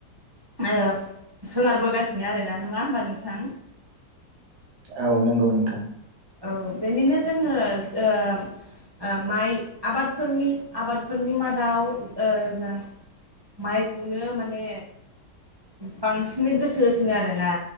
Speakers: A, on the right; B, on the right.
A: ओ सोनारबोगासिनो आरोना नङा होमबा नोंथां?
B: औ नोंगौ नोंथां।
A: औ बेनिनो जोङो ओ माइ आबादफोरनि आबादफोरनि मादाव ओ जों माइखौनो माने बांसिनै गोसो होसिनो आरोना